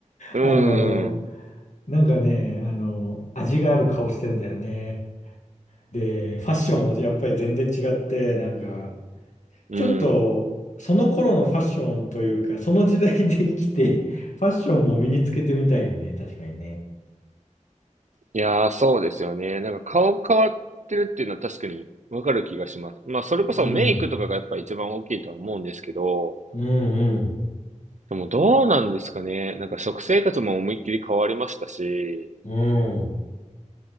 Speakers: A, on the right (about 65°); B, on the left (about 70°).
A: うん。
B: あの、なんかね、あの、味がある顔してんだよね。で、ファッションもやっぱり全然違って、なんか、
A: うん。
B: ちょっと、その頃のファッションというか、その時代で生きて、<laughs> ファッションも身につけてみたいよね。確かにね。
A: いやー、そうですよね。なんか顔変わってるっていうのは確かにわかる気がします。まあ、それこそメイクとかがやっぱ一番大きいとは思うんですけど、
B: うん。うんうん。
A: でもどうなんですかね。なんか食生活も思いっきり変わりましたし、
B: うん。